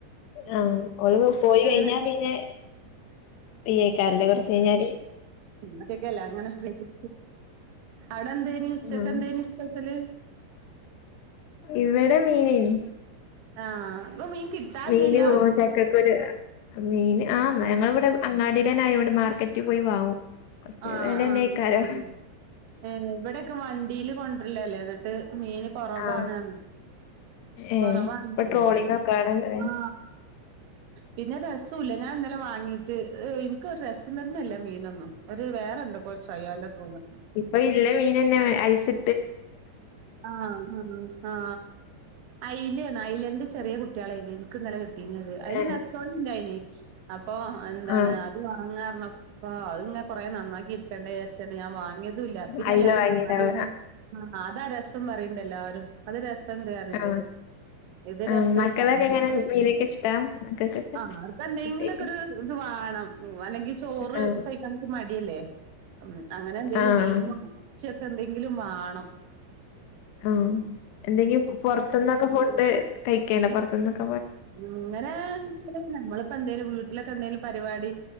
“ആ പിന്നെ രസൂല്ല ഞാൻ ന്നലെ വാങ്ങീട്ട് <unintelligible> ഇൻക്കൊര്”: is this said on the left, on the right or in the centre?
Right